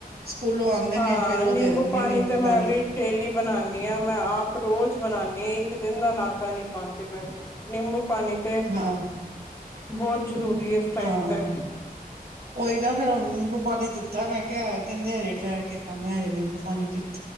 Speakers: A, on the right; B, on the left.
A: ਸਕੂਲੋਂ ਆਉਂਦੇ
B: ਹਾਂ
A: ਨੇ ਫੇਰ ਉਹ
B: ਨਿੰਬੂ
A: ਦੇ ਦਿੰਦੀ
B: ਪਾਣੀ
A: ਆ ਨਿੰਬੂ
B: ਤੇ ਮੈਂ
A: ਪਾਣੀ
B: ਵੀ ਡੇਲੀ ਬਣਾਉਾਨਣੀ ਹਾਂ ਮੈਂ ਆਪ ਰੋਜ਼ ਬਣਾਣੀ ਇੱਕ ਦਿਨ ਦਾ ਨਾਗਾ ਨੀ ਪਾਉਂਦੀ ਮੈਂ ਵੀ ਨਿੰਬੂ ਪਾਣੀ ਤੇ
A: ਹਾਂ
B: ਬਹੁਤ ਜ਼ਰੂਰੀ ਹੈ ਇਸ ਟਾਈਮ
A: ਹਾਂ
B: ਤੇ
A: ਉਹੀ ਨਾ ਫੇਿਰ ਉਹਨੂੰ ਨਿੰਬੂ ਪਾਣੀ ਦਿੱਤਾ ਮੈਂ ਕਿਹਾ ਕਹਿੰਦੇ ਹਜੇ ਟਰ ਕੇ ਖਾਂਦੇ ਹ ਹਜੇ ਨਿੰਬੂ ਪਾਣੀ ਪੀਤਾ